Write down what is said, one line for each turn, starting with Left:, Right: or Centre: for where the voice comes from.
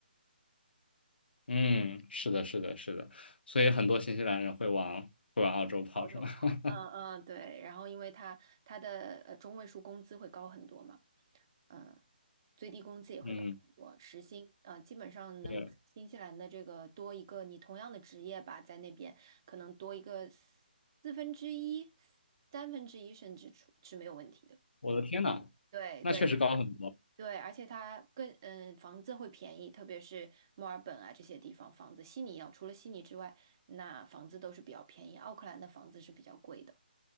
Left: 嗯，是的，是的，是的，所以很多新西兰人会往会往澳洲跑，
Right: 澳洲高。
Left: 是吗？<laughs>
Right: 嗯嗯，对，然后因为他他的呃中位数工资会高很多嘛。嗯，最低工资也会高很多，
Left: 嗯。
Right: 时薪呃基本上能新西兰的这个多一个你同样的职业吧，
Left: 对
Right: 在那边可能多一个四四分之一、三分之一甚至出是没有问题的。
Left: 我的天呐，
Right: 嗯，对对
Left: 那确实高很多
Right: 对，而且它更嗯房子会便宜，特别是墨尔本啊这些地方房子，悉尼要除了悉尼之外，那房子都是比较便宜，奥克兰的房子是比较贵的。